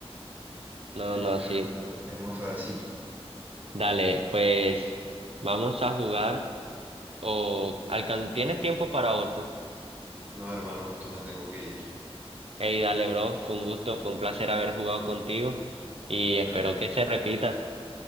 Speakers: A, on the right; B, on the right.
A: No,
B: De la historia
A: no, sí.
B: es bastante, es muy fácil.
A: Dale, pues vamos a jugar o... alcan- ¿Tienes tiempo para otro?
B: No, hermano, justo me tengo que ir.
A: Ey, dale, bro, fue un gusto, fue un placer haber jugado contigo y
B: Dale,
A: espero que se repita.